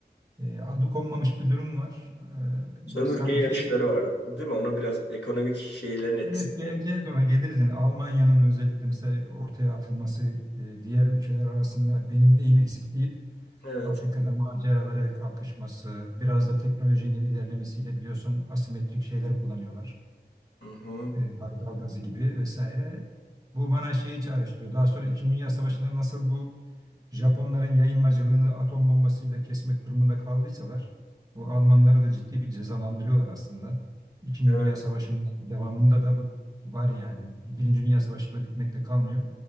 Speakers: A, on the right; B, on the left.
A: E, adı konmamış bir durum var.
B: sömürge
A: E, sanki
B: yarışları var değil mi? Onun biraz ekonomik şeylerin etkisi.
A: evet geleceğiz ona geliriz yani Almanya'nın özellikle mesela ortaya atılması e, diğer ülkeler arasında benim neyim eksik deyip
B: Evet.
A: Afrika'da maceralara kalkışması, biraz da teknolojinin ilerlemesiyle biliyorsun asimetrik şeyler kullanıyorlar.
B: Hı hı.
A: E, hardal gazı gibi vesaire. Bu bana şeyi çağrıştırıyor. Daha sonra İkinci Dünya Savaşı'nda nasıl bu Japonların yayılmacılığını atom bombasıyla kesmek durumunda kaldıysalar bu Almanları da ciddi bir cezalandırıyorlar aslında. İkinci
B: Evet.
A: Dünya Savaşı'nın devamında da bu var yani. Birinci Dünya Savaşı'yla bitmekte kalmıyor.